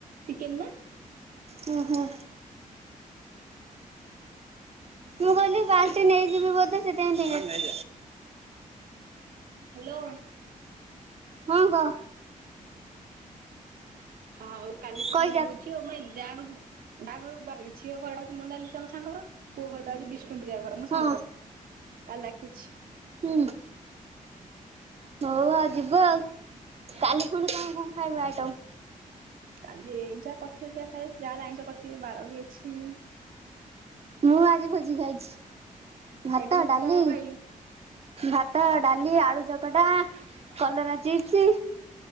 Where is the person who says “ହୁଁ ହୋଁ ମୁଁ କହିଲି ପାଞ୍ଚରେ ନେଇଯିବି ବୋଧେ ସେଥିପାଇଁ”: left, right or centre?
Right